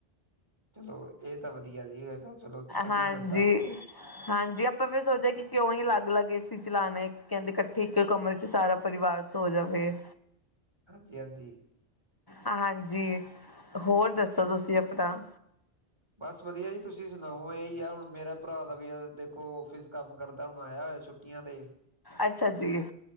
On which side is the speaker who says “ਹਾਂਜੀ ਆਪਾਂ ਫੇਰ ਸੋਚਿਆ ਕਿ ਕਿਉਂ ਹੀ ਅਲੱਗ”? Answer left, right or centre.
Left